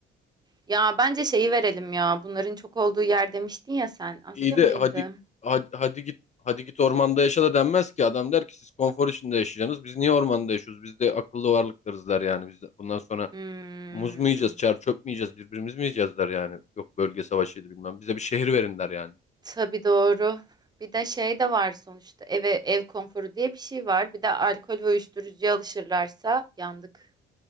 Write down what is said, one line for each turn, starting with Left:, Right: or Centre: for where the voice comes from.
Right: Ya bence şeyi verelim ya. Bunların çok olduğu yer demiştin ya sen. Asya
Left: İyi de
Right: mıydı?
Left: hadi, hadi hadi git hadi git ormanda yaşa da denmez ki. Adam der ki siz konfor içinde yaşayacaksınız. Biz niye ormanda yaşıyoruz? Biz de akıllı varlıklarız der yani. Biz de bundan sonra
Right: Hmm.
Left: muz mu yiyeceğiz, çer çöp mü yiyeceğiz, birbirimiz mi yiyeceğiz der yani. Yok bölge savaşıydı bilmem. Bize bir şehir verin der yani.
Right: Tabii doğru. Bir de şey de var sonuçta. Eve ev konforu diye bir şey var. Bir de alkol ve uyuşturucuya alışırlarsa yandık.